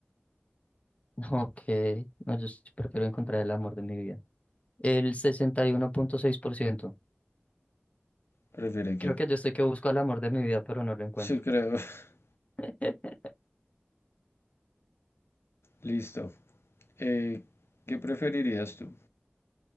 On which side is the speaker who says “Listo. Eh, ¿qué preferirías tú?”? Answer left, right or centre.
Left